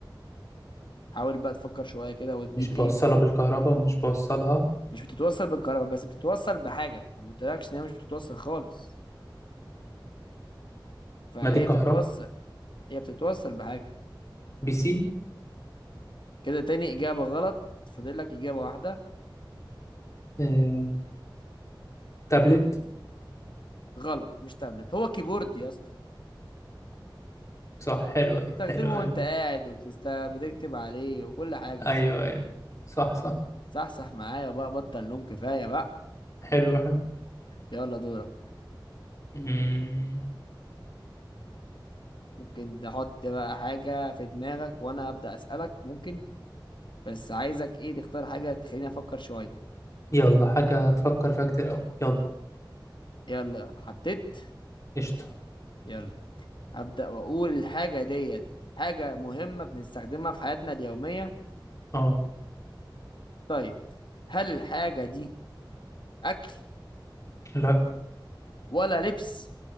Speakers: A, on the left; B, on the left.
A: حاول بقى تفكر شوية كده وتجيب
B: مش
A: ايه
B: بوصلها بالكهرباء ومش بوصلها
A: مش بتتوصل بالكهرباء بس بتتوصل بحاجة انا ما قلتلكش ان هي مش بتتوصل خالص فهي
B: ما دي كهرباء
A: تتوصل هي بتتوصل بحاجة
B: بي سي
A: كده تاني إجابة غلط فاضل لك إجابة واحدة
B: أمم، تابلت
A: غلط مش تابلت هو كيبورد يا اسطى
B: صح حلو أوي،
A: بتستخدمه
B: حلو حلو
A: وانت قاعد وبتست بتكتب عليه وكل حاجة
B: ايوه ايوه صح صح
A: صح صح معايا بقى بطل نوم كفاية بقى
B: حلو حلو
A: يلا دورك
B: مم.
A: ممكن تحط بقى حاجة في دماغك وأنا أبدأ أسألك ممكن بس عايزك إيه تختار حاجة تخليني أفكر شوية
B: يلا حاجة تفكر فيها كتير أوي يلا
A: يلا حطيت
B: قشطة
A: يلا هبدأ وأقول الحاجة ديت حاجة مهمة بنستخدمها في حياتنا اليومية
B: اه
A: طيب هل الحاجة دي أكل
B: لا
A: ولا لبس